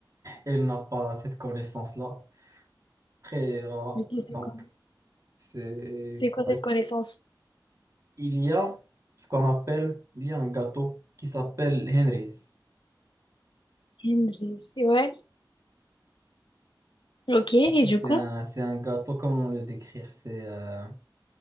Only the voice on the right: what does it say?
elle n'a pas cette connaissance-là. Après, voilà.
Donc,
c'est...
comme
le-
Il y a ce qu'on appelle, il y a un gâteau qui s'appelle Henry's.
Du coup,
c'est
un, c'est un gâteau, comment le décrire? C'est euh,